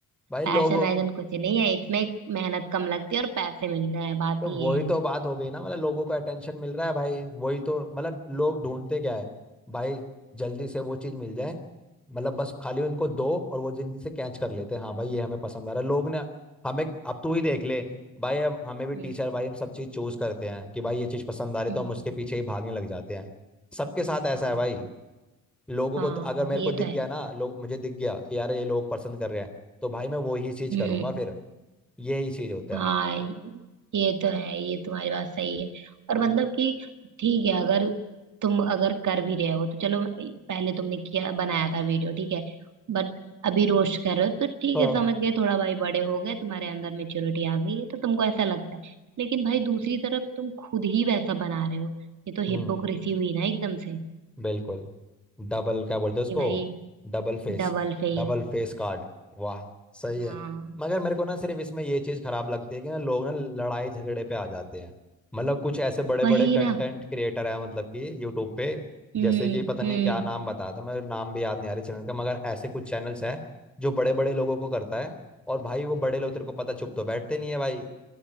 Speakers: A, in the centre; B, on the right (about 60°).
A: भाई लोगों
B: पैशन ऐसा कुछ नहीं है इसमें मेहनत कम लगती है और पैसे मिल रहे हैं बात
A: तो
B: ये
A: वही
B: है
A: तो बात हो गई ना मतलब लोगों को अटेंशन मिल रहा है भाई वही तो मतलब लोग ढूंढते क्या है भाई जल्दी से वो चीज मिल जाए मतलब बस खाली उनको दो और वो जल्दी से कैच कर लेते हैं हाँ भाई ये हमें पसंद आ रहा है लोग ने हमें अब तू ही देख ले भाई हम हमें भी टीचर
B: हम्म
A: भाई हम सब चीज चूज करते हैं कि भाई ये चीज पसंद आ रही
B: हम्म,
A: तो हम उसके पीछे ही भागने लग जाते हैं सबके साथ ऐसा
B: हाँ
A: है भाई लोगों
B: हाँ
A: को अगर मेरे
B: ये
A: को दिख
B: तो है
A: गया ना लोग मुझे दिख गया कि यार ये लोग पसंद कर रहे हैं तो भाई मैं वही चीज
B: हम्म
A: करूंगा फिर यही चीज होता
B: हाँ
A: है
B: ये तो है ये तुम्हारी बात सही है और मतलब कि ठीक है अगर तुम अगर कर भी रहे हो तो चलो पहले तुमने किया बनाया था वीडियो ठीक है बट अभी रोस्ट कर रहे हो तो ठीक
A: हाँ
B: है समझ गए थोड़ा भाई बड़े हो गए तुम्हारे अंदर मेच्योरिटी आ गई है तो तुमको ऐसा लगता है लेकिन भाई दूसरी तरफ तुम खुद ही वैसा बना रहे हो ये तो
A: हम्म
B: हिपोक्रेसी हुई ना एकदम से
A: बिल्कुल डबल क्या बोलते हैं उसको
B: कि भाई
A: Double face
B: डबल फेस
A: Double face card वाह सही है
B: हाँ
A: मगर मेरे को ना सिर्फ इसमें ये चीज़ खराब लगती है कि ना लोग ना लड़ाई झगड़े पे आ जाते हैं मतलब कुछ ऐसे बड़े
B: वही
A: बड़े कंटेंट
B: ना
A: क्रिएटर हैं मतलब कि यूट्यूब पे
B: हम्म
A: जैसे कि पता नहीं
B: हम्म
A: क्या नाम बताया था मेरे नाम भी याद नहीं आ रही चैनल का मगर ऐसे कुछ चैनल्स हैं जो बड़े बड़े लोगों को करता है और भाई वो बड़े लोग तेरे को पता चुप तो बैठते नहीं है भाई